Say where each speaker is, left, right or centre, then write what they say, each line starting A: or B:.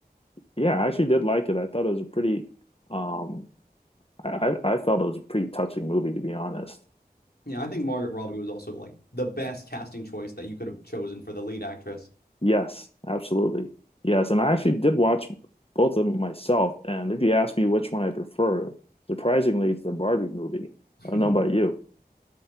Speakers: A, on the left (about 35°); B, on the left (about 70°).
A: yeah, I actually did like it. I thought it was a pretty um I I I felt it was a pretty touching movie to be honest.
B: Yeah, I think Margaret Robbie was also like the best casting choice that you could have chosen for the lead actress.
A: Yes, absolutely. Yes, and I actually did watch both of them myself. And if you ask me which one I prefer, surprisingly, it's the Barbie movie.
B: <laughs>
A: I don't know about you.